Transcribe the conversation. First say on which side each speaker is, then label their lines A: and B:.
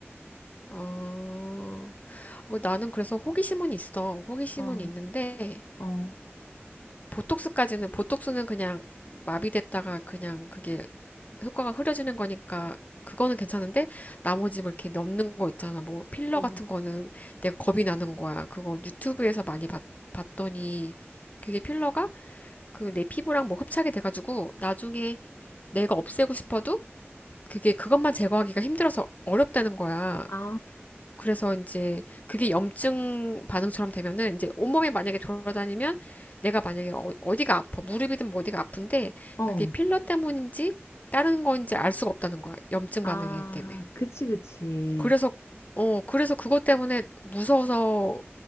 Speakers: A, on the left; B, on the left.
A: 어. 어, 어, 나는 그래서 호기심은 있어. 호기심은
B: 어,
A: 있는데,
B: 어,
A: 보톡스까지는 보톡스는 그냥 마비됐다가 그냥 그게 효과가 흐려지는 거니까 그거는 괜찮은데 나머지 뭐 이렇게 넣는 거 있잖아 뭐 필러
B: 어,
A: 같은 거는 내가 겁이 나는 거야 그걸 유튜브에서 많이 봤, 봤더니 그게 필러가 그 내 피부랑 뭐 흡착이 돼가지고 나중에 내가 없애고 싶어도 그게 그것만 제거하기가 힘들어서 어렵다는 거야
B: 아,
A: 그래서 이제 그게 염증 반응처럼 되면은 이제 온몸에 만약에 돌아다니면 내가 만약에 어, 어디가 아파 무릎이든 뭐 어디가 아픈데
B: 어.
A: 그게 필러 때문인지 다른 건지 알 수가 없다는 거야 염증
B: 아,
A: 반응이기 때문에
B: 그치, 그치.
A: 그래서 어 그래서 그것 때문에 무서워서